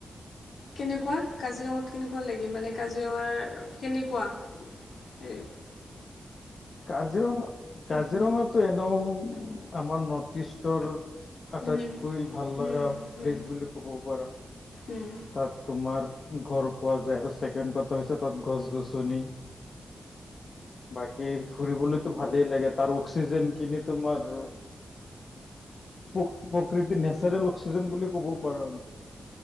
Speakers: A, on the left; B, on the left.
A: কেনেকুৱা কাজিৰঙাত কেনেকুৱা লাগে মানে কাজিৰঙাৰ কেনেকুৱা। সেই,
B: কাজিৰঙা কাজিৰঙটো এনেও আমাৰ নৰ্থ ইষ্টৰ, আটাইতকৈ
A: উম
B: ভাল লগা
A: উম
B: প্লেচ
A: উম
B: বুলি ক'ব পাৰা।
A: উম
B: তাত তোমাৰ গড় পোৱা যায় আৰু ছেকেণ্ড কথা হৈছে তাত গছ গছনি। বাঘ, কি ফুৰিবলৈতো ভালেই লাগে তাৰ অক্সিজে কিনি তোমাৰ। প্ৰ প্ৰকৃতিৰ নেচাৰেল অক্সিজেন বুলি ক'ব পাৰা আৰু